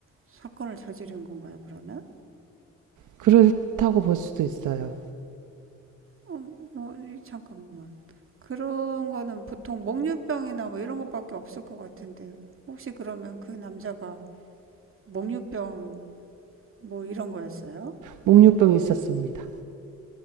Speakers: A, on the right; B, on the right.
A: 사건을 저지른 건가요, 그러면?
B: 그렇다고 볼 수도 있어요.
A: 어, 뭐, 이- 잠깐만. 그런 거는 보통 목류병이나 뭐 이런 것밖에 없을 것 같은데, 혹시 그러면 그 남자가 목류병 뭐 이런 거였어요?
B: 목류병이 있었습니다.